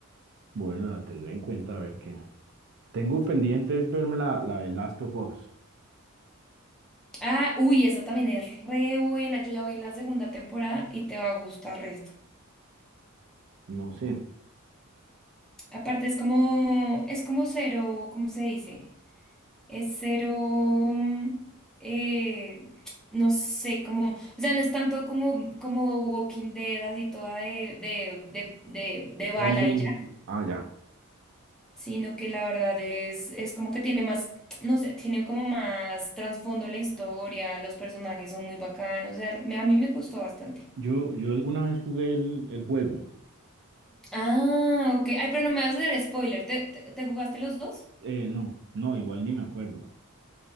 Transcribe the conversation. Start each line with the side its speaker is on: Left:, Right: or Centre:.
Right: Bueno, la tendré en cuenta a ver qué. Tengo pendiente es verme la, la de Last of Us.
Centre: Ah, uy, esa también es re buena, yo ya voy en la segunda temporada y te va a gustar resto.
Right: No sé.
Centre: Aparte es como, es como cero, ¿cómo se dice? Es cero, mm, eh, no sé, como, o sea, no es tanto como, como Walking Dead, así toda de, de, de, de, de bala
Right: Zombies.
Centre: y ya
Right: Ah, ya.
Centre: sino que la verdad es, es como que tiene más, no sé, tiene como más trasfondo la historia, los personajes son muy bacanos, o sea, me- a mí me gustó bastante.
Right: Yo, yo alguna vez jugué el, el juego.
Centre: Ah, ok, ay, pero no me vas a hacer spoiler, ¿te, te, te jugaste los dos?
Right: Eh, no, no, igual ni me acuerdo.